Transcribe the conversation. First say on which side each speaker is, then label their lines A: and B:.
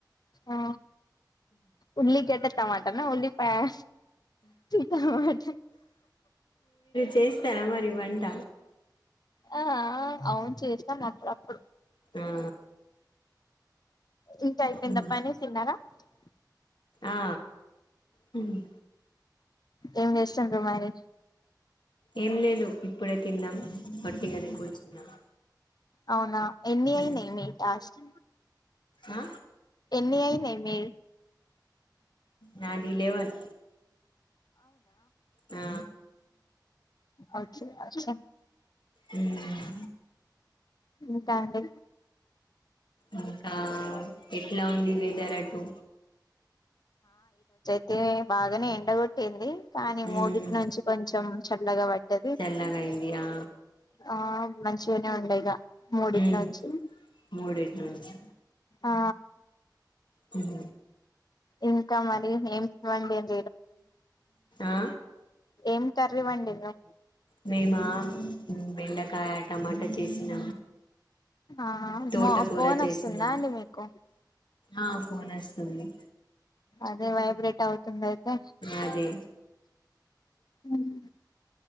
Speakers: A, on the left (about 60°); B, on the left (about 90°).
A: ఆ ఉల్లి గడ్డ టమాటనా ఉల్లిపాయా టమాట
B: చేస్తార మరి వంట
A: ఆ అవును చేస్తను అప్పుడ అప్పుడు
B: ఆ
A: ఇంక అయిపోయిందా
B: మ్మ్
A: <unintelligible>
B: ఆ హమ్
A: ఏం చేస్తుండ్రు మరి
B: ఏం లేదు ఇప్పుడే తిన్నాం ఒట్టిగనే కూర్చున్నాం
A: అవునా ఎన్ని
B: మ్మ్
A: అయినాయి మీ టాస్క్
B: ఆ
A: ఎన్ని అయినయి మీ
B: నాది లెవన్ ఆ
A: ఒకే ఒకే
B: మ్మ్
A: ఇకాండి
B: ఇంకా ఎట్లా ఉంది వెదర్ అటు
A: అయితే బాగానే ఎండగొట్టింది కానీ
B: మ్మ్
A: మూడిటి నుంచి కొంచెం చల్లగ పడ్డది
B: చల్లగా అయింది ఆ
A: ఆ మంచిగనే ఉండే ఇగ ముడిటినుంచి
B: ఉమ్ మూడిటి నుంచి
A: ఆ
B: హమ్
A: ఇంకా మరి <unintelligible>
B: ఆ
A: ఏం కర్రీ వండిండ్రు
B: మేమా బెండకాయ టమాటా చేసిన
A: ఆ
B: తోటకూర
A: మో ఫోన్
B: చేసినాము
A: వస్తుందా అండి మీకు
B: ఆ ఫోన్ వస్తుంది
A: అదే వైబ్రేట్ అవుత దయితే
B: అదే
A: ఉమ్